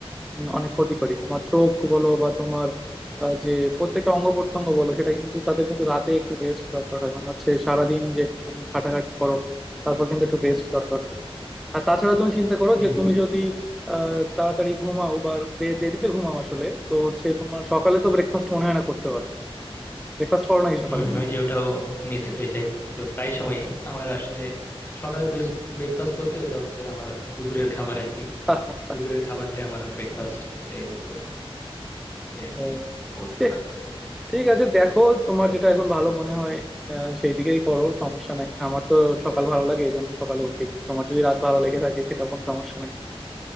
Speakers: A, in the centre; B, on the left.
A: উম, অনেক ক্ষতিকরী তোমার চোখ বলো বা তোমার আহ, যে প্রত্যেকটা অঙ্গ প্রত্যঙ্গ বলো সেটা কিন্তু তাদের কিন্তু রাতে একটু রেস্ট দরকার হয় মানে হচ্ছে সারাদিন যে তুমি খাটাখাটনি করো তারপর কিন্তু একটু রেস্ট দরকার হয় আর তাছাড়া তুমি চিন্তা করো
B: হম
A: যে তুমি যদি আহ, তাড়াতাড়ি ঘুমাও বা দে- দেরিতে ঘুমাও আসলে তো হচ্ছে তোমার সকালে তো ব্রেকফাস্ট মনে হয় না করতে পারো ব্রেকফাস্ট করো নাকি সকালে
B: হম হম, ওই যে ওটাও মিস হয়ে যায় তো প্রায় সময় আমার আসলে সকালের বেস্ট ব্রেকফাস্ট বলতে ওটা হচ্ছে আমার দুপুরের খাবার আর কি
A: <laughs>
B: দুপুরের খাবারটাই আমার ব্রেকফাস্ট এটাই বলতে পারো এই আর কি
A: ও
B: অবস্থা
A: ছি, ঠিক আছে দেখো তোমার যেটা এখন ভালো মনে হয় আহ, সেই দিকেই করো সমস্যা নাই আমার তো সকাল ভালো লাগে এই জন্য সকালে উঠি তোমার যদি রাত ভালো লেগে থাকে সেটা কোনো সমস্যা নাই